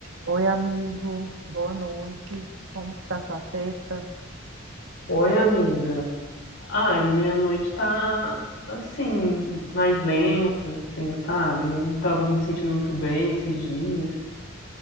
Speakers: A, on the right; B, on the left.
A: Oi, amigo. Boa noite. Como que tá sua sexta?
B: Oi, amiga. Ai, minha noite tá assim, mais lenta, assim, sabe? Eu não tava me sentindo muito bem esses dias.